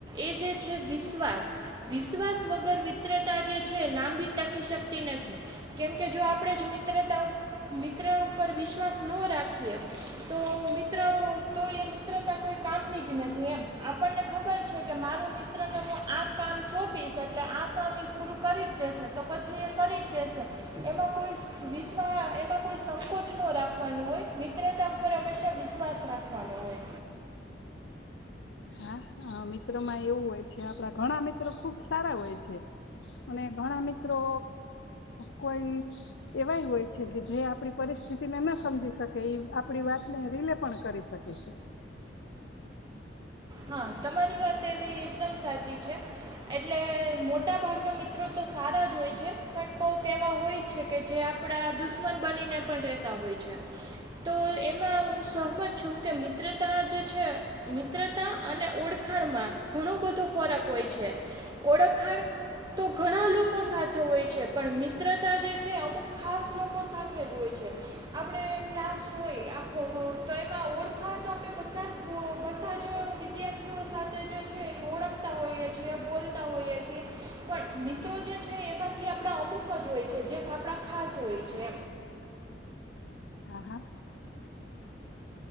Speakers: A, on the right; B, on the left.
A: એ જે છે વિશ્વાસ વિશ્વાસ વગર મિત્રતા જે છે લાંબી ટકી શકતી નથી કેમકે જો આપણેે જ મિત્રતાઓ મિત્ર ઉપર વિશ્ ્વા ન રાખીએ તો મિત્ર તો એ મિત્રતા કોઈ કામની જ નથી એમ આપણને ખબર છે કે મારું મિત્રને હું આ કામ સોંપીશ એટલે આ કામ એ પૂરું કરી જ દેશે તો પછી એ કરી જ દેશે એમાં કોઈ વિશ્વા એમાં કોઈ સંકોચ ન રાખ કન હોય મિત્રતા ઉપર હંમેશા વિશ્વાસ રાખવાનો હોય
B: હા હા મિત્રો માં એવું હોય છે કે આપણા ઘણા મિત્રો ખુબ સારા હોય છે અને ઘણા મિત્રો કોઈ એવાય હોય છે કે જે આપણી પરિસ્થિતિને ના સમજી શકે એ આપણી વાતને રીલે પણ કરી શકે છે
A: હા તમારી વાત તેવી એકદમ સાચી છે એટલે મોટા ભાગના મિત્રો તો સારા જ હોય છે પણ કોહક એવા હોય છે કે જે આપ આપણા દુશ્મન બનીને પણ રહે તો એમાં હું સહમત છું કે મિત્રતા જે છે મિત્રતા અને ઓળખાણમાં ઘણો બધો ફરક હોય છે ઓળખાણ તો ઘણા લોકો સાથે હોય છે પણ મિત્રતા જે છે અમુક ખાસ લોકો સાથે જ હોય છે આપણે ક્લાસ હોય આખો તો એમાં ઓળખાણ તો આપણે બધા બધા જ વિદ્યાર્થીઓ સાથે જે છે ઓળખતા હોઈએ છેએ બોલતા હોઈએએ પણ મિત્રો જે છે એમાંથી આપણા અમુક જ હોય છે જે આપણા ખાસ હોય છે
B: હા હા